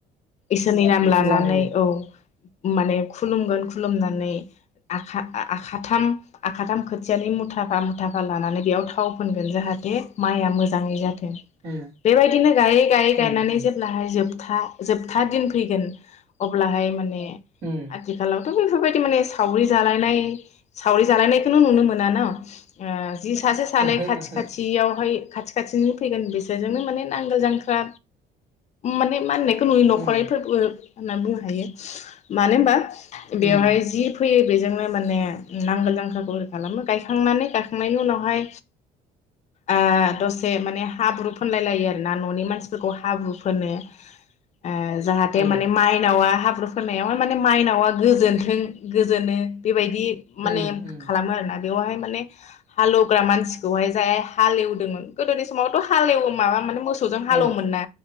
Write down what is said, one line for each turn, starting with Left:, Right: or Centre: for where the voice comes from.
Left: इसोरनि नाम लानानै
Right: फुजा होयो
Left: औ माने खुलुमगोन खुलुमनानै आखा-आखाथाम आखाथाम खोथियानि मुथाफा मुथाफा लानानै बेयाव थाव फोनगोन जाहाथे माइया मोजाङै जाथ बेथो
Right: उम
Left: बेबायदिनो गायै गायै
Right: उम
Left: गायनानै
Right: उम
Left: जेब्लाहाय जोबथा जोबथा दिन फैगोन अब्लाहाय माने ने
Right: उम
Left: आथिखालाव दाथ' बेफोरबायदि माने सावरि जालायनाय सावरि जालायनायखौनो नुनो मोना न ओ जि सासे सानै
Right: ओहो
Left: खाथि
Right: ओहो
Left: खाथियावहाय खाथि खाथिनि फैगोन बिसोरजोंनो माने नांगोल जांख्रा माने मा होननाय जोंनि न'खरैफोरबो
Right: उम
Left: होनना बुंनो हायो मानो होनबा बेवहाय
Right: उम
Left: जि फैयो बे बेजोंनो माने नांगोल जांख्राखौ ओरै खालामो गायखांनानै गायखांनायनि उनावहाय ओ दसे माने हाब्रु फोनलाय लायो आरोना न'नि मानसिफोरखौ हाब्रु फोनो। ओ जाहाथे
Right: औ
Left: माने मायनावा हाब हाब्रु फोननायाव माने माइनावा गोजोनथों गोजोनो बेबायदि दि माने
Right: उम उम
Left: खालामो आरोना। बेयावहाय माने हालौग्रा मानसिखौहाय जाय हालेवदोंमोन गोदोनि समावथ' हाल एवो माबा माने मोसौ मोसौजों हालेवोमोन
Right: औ
Left: ना